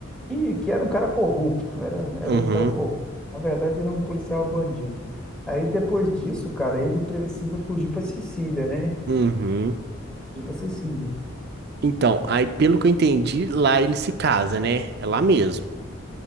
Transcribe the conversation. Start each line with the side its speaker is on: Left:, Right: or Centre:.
Centre: e que era um cara corrupto, era, era
Right: uhum,
Centre: um cara corrupto. Na verdade, era um policial bandido. Aí depois disso, cara, ele precisa fugir para Sicília, né?
Right: uhum.
Centre: Fugir para Sicília.
Right: Então, aí pelo que eu entendi, lá ele se casa, né? É lá mesmo.